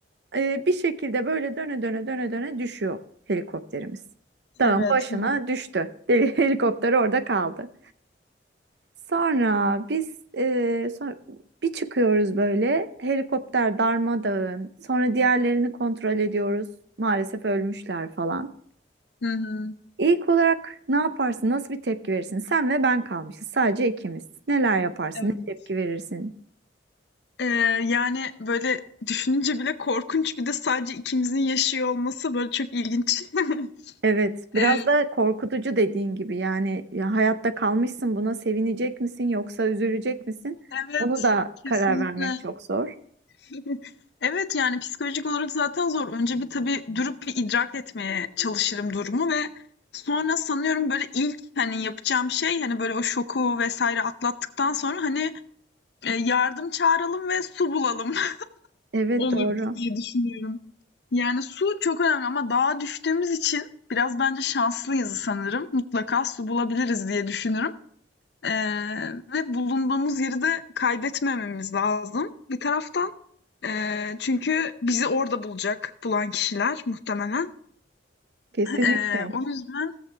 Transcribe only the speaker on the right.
E, bir şekilde böyle döne döne döne döne düşüyor helikopterimiz. Dağın
başına
düştü. <laughs> Helikopter orada kaldı. Sonra biz e, sonra bir çıkıyoruz böyle helikopter darmadağın. Sonra diğerlerini kontrol ediyoruz. Maalesef ölmüşler falan.
İlk olarak ne yaparsın? Nasıl bir tepki verirsin? Sen ve ben kalmışız. Sadece ikimiz. Neler yaparsın?
Ne tepki verirsin?
Evet, biraz
da korkutucu dediğin gibi yani ya hayatta kalmışsın buna sevinecek misin yoksa üzülecek misin?
Onu da
karar vermek çok zor.
Evet
doğru.
Kesinlikle.